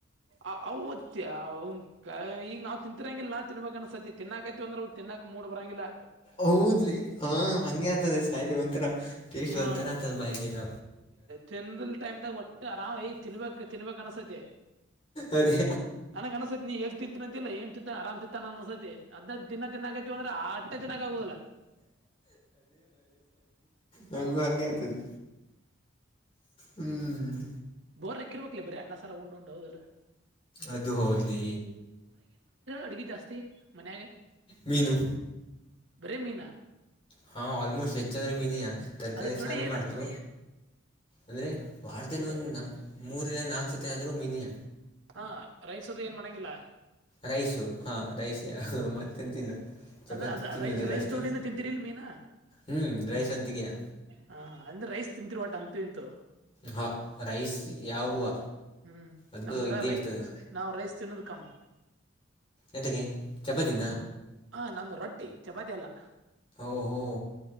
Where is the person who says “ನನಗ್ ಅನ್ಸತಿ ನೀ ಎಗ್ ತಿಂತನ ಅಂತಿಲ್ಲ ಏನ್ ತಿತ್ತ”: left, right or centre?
Right